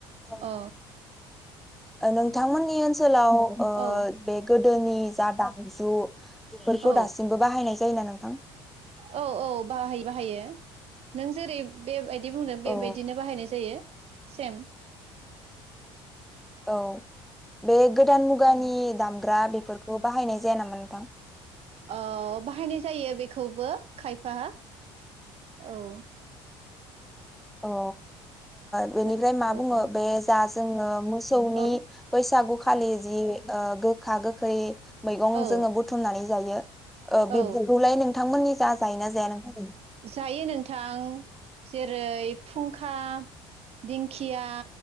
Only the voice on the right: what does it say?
अ
औ
औ
औ औ बाहायो बाहायो नों जेरै बेबायद बिदि बुंदों
बेबायदिनो बाहायनाय जायो सेम <inaudible>
औ
अ बाहायनाय जायो बेखौबो खायफा औ
नों
औ
औ
औ
औ
जायो नोंथां जेरै फुंखा, दिंखिया